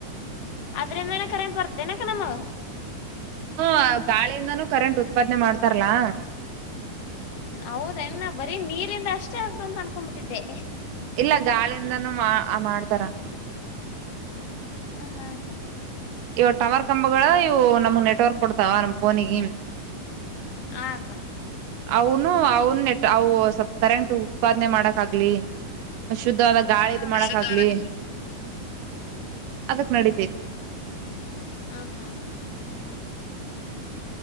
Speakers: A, on the left; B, on the right.
A: ಅದ್ರಿಂದಾನ ಕರೆಂಟ್ ಬರ್ತೇನಕ ನಮಗೆ
B: ಹ್ಮ ಗಾಳಿಯಿಂದಾನೂ ಕರೆಂಟ್ ಉತ್ಪಾದನೆ ಮಾಡ್ತಾರಲ್ಲಾ
A: ಹೌದೇನ್ನ ಬರೀ ನೀರಿಂದ ಅಷ್ಟೇ ಆಗ್ತ ಅಂತ ಅನ್ಕೊಬಿಟ್ಟಿದ್ದೆ
B: ಇಲ್ಲ ಗಾಳಿಂದನೂ ಆ ಮಾಡ್ತಾರ
A: ಹ್ಮ ಅಕ್ಕ
B: ಇವ ಟವರ್ ಕಂಬಗಳ ಇವು ನಮಗ್ ನೆಟ್ವರ್ಕ್ ಕೊಡ್ತಾವ ನಮ್ ಫೋನಿಗೆ
A: ಹ ಅಕ್ಕ
B: ಅವನು ಅವನು ನೆಟ್ ಅವು ಸ್ವಲ್ಪ ಕರೆಂಟ್ ಉತ್ಪಾದನೆ ಮಾಡಕ್ ಆಗಲಿ ಶುದ್ಧವಾದ ಗಾಳಿ
A: ಆ
B: ಇದು ಮಾಡಕ್ ಆಗ್ಲಿ
A: ಅಕ್ಕ
B: ಅದಕ್ ನಡತೈತಿ
A: ಹ ಹಾ ಅಕ್ಕ